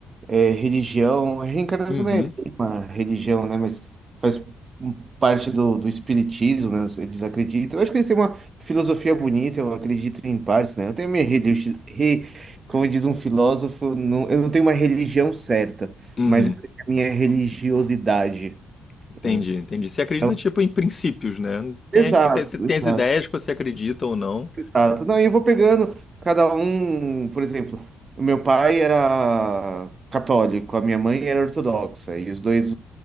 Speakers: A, on the right; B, on the left.
A: é, religião. Reencarnação
B: Uhum,
A: não é bem uma religião, né? Mas faz um- parte do, do espiritismo, né? Eles acreditam. Eu acho que eles têm uma filosofia bonita, eu acredito em partes, né? Eu tenho a minha religião. Como diz um filósofo, não, eu não tenho uma religião certa,
B: uhum.
A: mas eu tenho a minha religiosidade.
B: Entendi,
A: né?
B: entendi. Você acredita,
A: Então,
B: tipo, em princípios, né? Tem,
A: Exato,
B: você você tem
A: exato.
B: as ideias que você acredita ou não.
A: Exato. Não, e eu vou pegando cada um, por exemplo, o meu pai era católico, a minha mãe era ortodoxa, e os dois